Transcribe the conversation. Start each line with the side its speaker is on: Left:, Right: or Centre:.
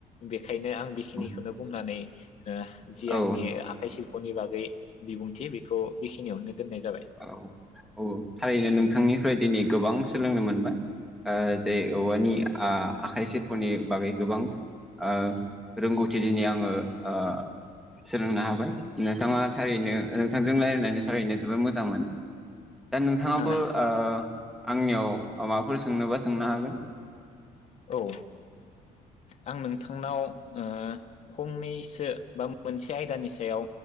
Left: बे खायनो आं बेखिनिखौनो
Centre: औ
Left: बुंनानै ओ जि
Centre: औ
Left: आंनि आखाइ सिल्पनि बागै बिबुंथि बेखौ बेखिनियावनो दोननाय जाबाय
Centre: औ थारैनो नोंथांनिफ्राय दिनै गोबां सोलोंनो मोनबाय ओ जे औवानि आखाइ सिल्पनि बागै गोबां ओ रोंगौथि दिनै आङो ओ सोलोंनो हाबाय नोंथाङा थारैनो नोंथांजों रायजलायनानै थारैनो जोबोर मोजां मोन दा नोंथाङाबो
Left: औ
Centre: आ आंनियाव अ माबाफोर सोंनोबा सोंनो हागोन
Left: औ ओ आं नोंथांनाव ओ फंनैसो बा मोनसे आयदानि सायाव